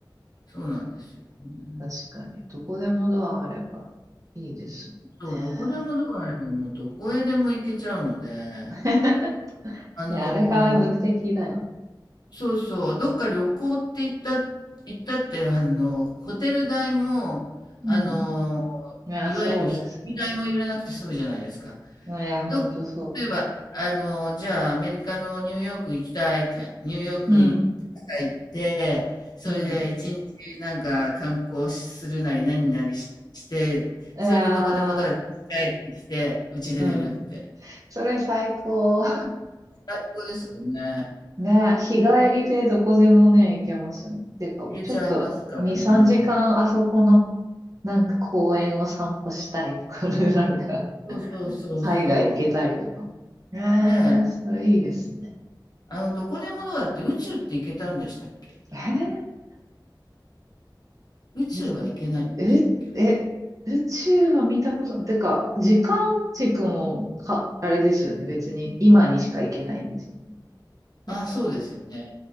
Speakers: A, on the left; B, on the right.
A: そうなんですよね。
B: 確かに。どこでもドアあればいいですもんね。
A: そう、どこでもドアあれば、もうどこへでも行けちゃうので、
B: <laughs>
A: あの
B: いや、あれが目的だよね。
A: そうそう、どっか旅行って言った、行ったって、あの、ホテル代も、あの、
B: うん。いや、
A: いわゆる飛行機代もいらなくて済むじゃないですか。
B: そうですよね。いや、
A: どっ、
B: ほんとそ
A: 例えば、あの、じゃあアメリカのニューヨーク行きたいじゃん。ニューヨーク行
B: う。うん。
A: 行って、それで一日なんか観光するなり何なりしして、
B: うん。いや
A: それでどこでもドアで帰ってきて、うちで寝るって。
B: ー、うん。それ最高。
A: 最高ですよね。
B: ね、日帰りでどこでもね、行けますよね。っていうか、
A: 行けちゃいますからね。
B: ちょっと2、3時間あそこのなんか公園を散歩したいとか <laughs> なんか
A: そうそうそうそう。
B: 海外行けたりとか。えー、
A: ねえ、
B: それいいですね。
A: あの、どこでもドアって宇宙って行けたんでしたっけ？
B: え
A: 宇宙は行けないんでしたっけ、
B: ー、え、
A: あれ。
B: え、宇宙は見たこと、てか、時間軸もか、あれですよね。別に今にしか行けないんですよ。
A: あ、
B: だから、
A: そうですよね。
B: うん